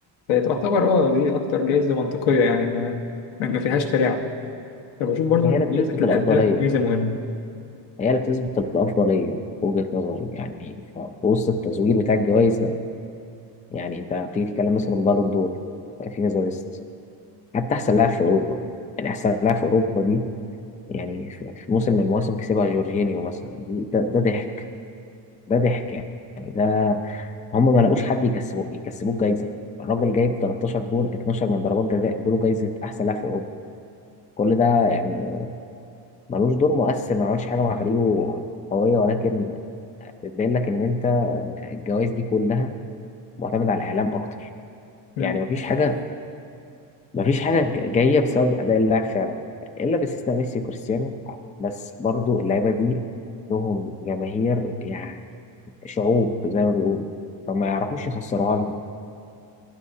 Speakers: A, on the left; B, on the left.
A: فتعتبر اه دي اكتر جايزه منطقيه يعني ما ما ما فيهاش تلاعب فبشوف برضو
B: هي
A: ان
B: اللي بتثبت
A: جايزه الهداف
B: الأفضلية
A: جايزه مهمه
B: هي اللي بتثبت الأفضلية في وجهة نظري يعني ف- في وسط التزوير بتاع الجوائز ده يعني أنت بتيجي تتكلم مثلا بالون دور في كذا ليست حتى أحسن لاعب في أوروبا يعني أحسن لاعب في أوروبا دي يعني في في موسم من المواسم كسبها جورجينيو مثلا دي- ده ده ضحك ده ضحك يعني يعني ده هم ما لقوش حد يكسبوه يكسبوه جايزة الراجل جايب 13 جول 12 من ضربات جزاء ادوله جايزة أحسن لاعب في أوروبا كل ده يعني ملوش دور مؤثر ما عملش حاجة مع فريقه قوية ولكن بتبين لك إن أنت الجوائز دي كلها معتمدة على الإعلام أكتر
A: مم.
B: يعني مفيش حاجة مفيش حاجة ج- جاية بسبب أداء اللاعب فعلا إلا باستثناء ميسي وكريستيانو بس برضو اللعيبة دي لهم جماهير يعني شعوب زي ما بيقولوا فما يعرفوش يخسروها لهم